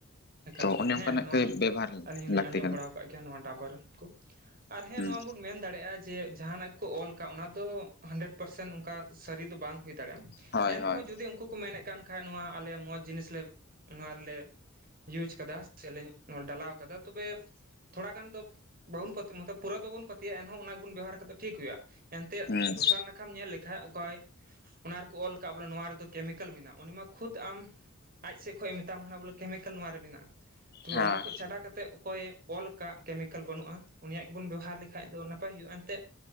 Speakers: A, on the right; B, on the left.
A: ᱮᱠᱟᱞ
B: ᱛᱚ
A: ᱮᱠᱟᱞ,
B: ᱚᱱᱮ ᱚᱱᱠᱟᱱᱟᱜ
A: ᱦᱮᱸ ᱱᱚᱶᱟ
B: ᱜᱮ ᱵᱮᱵᱚᱦᱟᱨ
A: ᱟᱹᱞᱤᱧ ᱦᱚᱸᱞᱤᱧ
B: ᱞᱟᱹᱠᱛᱤ
A: ᱟᱸᱡᱚᱢ
B: ᱠᱟᱱᱟ
A: ᱵᱟᱲᱟ ᱟᱠᱟᱫ ᱜᱮᱭᱟ ᱱᱚᱶᱟ ᱰᱟᱵᱚᱨ ᱠᱚ, ᱟᱨ ᱦᱮᱸ
B: ᱦᱩᱸ
A: ᱱᱚᱶᱟ ᱵᱚᱱ ᱢᱮᱱ ᱫᱟᱲᱮᱭᱟᱜᱼᱟ ᱡᱮ ᱡᱟᱦᱟᱱᱟᱜ ᱜᱮ ᱠᱚ ᱚᱞ ᱟᱠᱟᱫ, ᱚᱱᱟ ᱫᱚ ᱦᱟᱱᱰᱨᱮᱰ ᱯᱟᱨᱥᱮᱱ ᱚᱱᱠᱟ ᱥᱟᱹᱨᱤ ᱫᱚ ᱵᱟᱝ ᱦᱩᱭ ᱫᱟᱲᱮᱭᱟᱜᱼᱟ ᱾
B: ᱦᱳᱭ
A: ᱮᱱ ᱨᱮᱦᱚᱸ
B: ᱦᱳᱭ
A: ᱡᱩᱫᱤ ᱩᱱᱠᱩ ᱠᱚ ᱢᱮᱱᱮᱫ ᱠᱟᱱ ᱠᱷᱟᱡ, ᱱᱚᱣᱟ ᱟᱞᱮ ᱢᱚᱸᱡᱽ ᱡᱤᱱᱤᱥ ᱞᱮ ᱱᱚᱣᱟ ᱨᱮᱞᱮ ᱤᱭᱩᱡᱽ ᱠᱟᱫᱟ ᱥᱮᱞᱤᱧ ᱰᱟᱞᱟᱣ ᱠᱟᱫᱟ, ᱛᱚᱵᱮ ᱛᱷᱚᱲᱟ ᱜᱟᱱ ᱫᱚ ᱵᱟᱵᱚᱱ <unintelligible> ᱯᱩᱨᱟᱹ ᱫᱚᱵᱚᱱ ᱯᱟᱹᱛᱭᱟᱹᱜᱼᱟ, ᱮᱱᱦᱚᱸ ᱚᱱᱟ ᱜᱮᱵᱚᱱ ᱵᱮᱵᱚᱦᱟᱨ ᱠᱟᱛᱮᱫ ᱴᱷᱤᱠ ᱦᱩᱭᱩᱜᱼᱟ ᱾ ᱮᱱ ᱛᱮᱫ
B: ᱦᱩᱸ
A: ᱫᱚᱥᱟᱨ ᱱᱟᱠᱷᱟᱢ ᱧᱮᱞ ᱞᱮᱠᱷᱟᱡ ᱚᱠᱚᱭ ᱚᱱᱟ ᱨᱮᱠᱚ ᱚᱞ ᱟᱠᱟᱫ ᱵᱚᱞᱮ ᱱᱚᱣᱟ ᱨᱮᱫᱚ ᱠᱮᱢᱤᱠᱮᱞ ᱢᱮᱱᱟᱜᱼᱟ, ᱩᱱᱤ ᱢᱟ ᱠᱷᱩᱫᱽ ᱟᱢ ᱟᱡ ᱥᱮᱫ ᱠᱷᱚᱡᱮ ᱢᱮᱛᱟᱢ ᱠᱟᱱᱟ ᱵᱚᱞᱮ ᱠᱮᱢᱤᱠᱮᱞ ᱱᱚᱶᱟ ᱨᱮ ᱢᱮᱱᱟᱜᱼᱟ ᱾ ᱛᱚᱵᱮ
B: ᱦᱳᱭ
A: ᱚᱱᱟ ᱠᱷᱚᱡ ᱪᱷᱟᱰᱟ ᱠᱟᱛᱮᱫ ᱚᱠᱚᱭ ᱚᱞ ᱟᱠᱟᱜ ᱠᱮᱢᱤᱠᱮᱞ ᱵᱟᱹᱱᱩᱜᱼᱟ, ᱩᱱᱤᱭᱟᱜ ᱜᱮᱵᱚᱱ ᱵᱮᱵᱚᱦᱟᱨ ᱞᱮᱠᱷᱟᱡ ᱫᱚ ᱱᱟᱯᱟᱭ ᱦᱩᱭᱩᱜᱼᱟ ᱮᱱᱛᱮᱜ ᱾